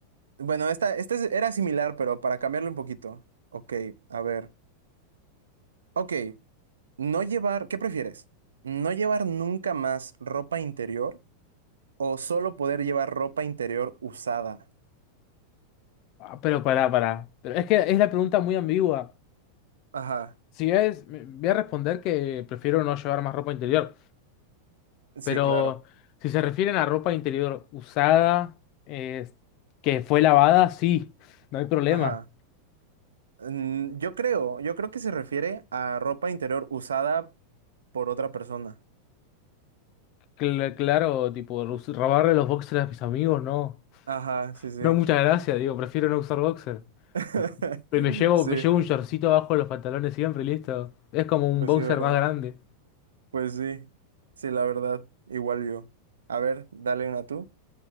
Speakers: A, on the right (about 70°); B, on the left (about 40°).
A: bueno, esta, esta es- era similar, pero para cambiarlo un poquito. Ok, a ver. Ok. No llevar, ¿qué prefieres? ¿No llevar nunca más ropa interior o solo poder llevar ropa interior usada?
B: Ah, pero pará, pará. Pero es que es la pregunta muy ambigua.
A: Ajá,
B: Si es, me- voy a responder que prefiero no llevar más ropa interior.
A: sí,
B: Pero
A: claro.
B: si se refieren a ropa interior usada, eh, que fue lavada, sí, no hay problema.
A: Ajá. Mm, yo creo, yo creo que se refiere a ropa interior usada por otra persona.
B: Cl- claro, tipo, los- robarle los boxers a mis amigos, no.
A: Ajá, sí, sí.
B: No, muchas gracias, digo, prefiero no usar boxer.
A: <laughs>
B: Pero me llevo,
A: Sí,
B: me llevo un shortcito abajo de los pantalones siempre, y listo. Es como un
A: pues
B: boxer
A: sí, ¿verdad?
B: más grande.
A: Pues sí, sí, la verdad, igual yo. A ver, dale una tú.